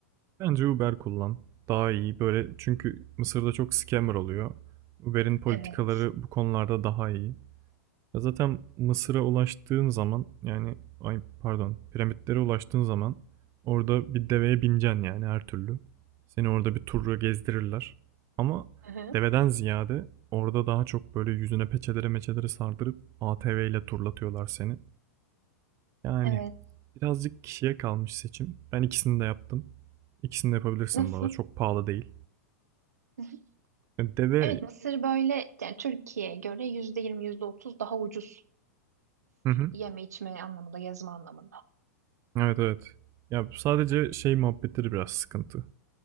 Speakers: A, on the right; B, on the right.
A: Bence Uber kullan. Daha iyi böyle çünkü Mısır'da çok scammer oluyor. Uber'in politikaları
B: Evet.
A: bu konularda daha iyi. Ya zaten Mısır'a ulaştığın zaman yani ay pardon piramitlere ulaştığın zaman orada bir deveye bineceksin yani her türlü. Seni orada bir turla gezdirirler. Ama
B: Hı-hı.
A: deveden ziyade orada daha çok böyle yüzüne peçelere meçelere sardırıp ATV ile turlatıyorlar seni. Yani
B: Evet.
A: birazcık kişiye kalmış seçim. Ben ikisini de yaptım. İkisini de yapabilirsin
B: Nasıl?
A: bu arada. Çok pahalı değil.
B: Hı-hı.
A: E, Deve...
B: Evet Mısır böyle yani Türkiye'ye göre yüzde yirmi yüzde otuz daha ucuzmuş
A: Hı hı.
B: yeme içme anlamında gezme anlamında.
A: Evet evet. Ya sadece şey muhabbetleri biraz sıkıntı.